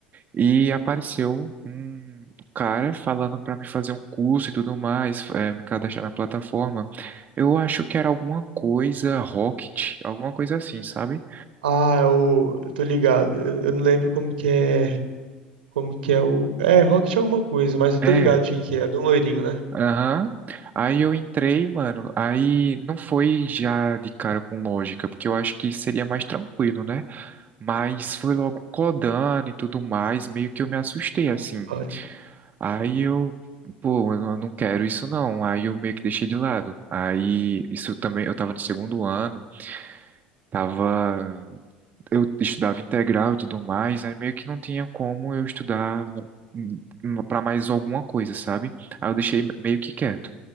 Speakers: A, on the right; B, on the right.
A: E apareceu um um cara falando para me fazer um curso e tudo mais, eh, me cadastrar na plataforma. Eu acho que era alguma coisa Rocket, alguma coisa assim, sabe?
B: Ah, eu, eu tô ligado. Eu, eu não lembro como que é. Como que é o. É, Rocket alguma coisa, mas eu tô
A: É,
B: ligado de quem que é. De um loirinho, né?
A: aham. Aí eu entrei, mano. Aí não foi já de cara com lógica, porque eu acho que seria mais tranquilo, né? Mas foi logo codando e tudo mais, meio que eu me assustei assim.
B: Ah, da hora.
A: Aí eu, pô, eu não não quero isso não. Aí eu meio que deixei de lado. Aí isso também, eu tava no segundo ano, tava, eu estudava integral e tudo mais, aí meio que não tinha como eu estudar hum, pra mais alguma coisa, sabe? Aí eu deixei meio que quieto.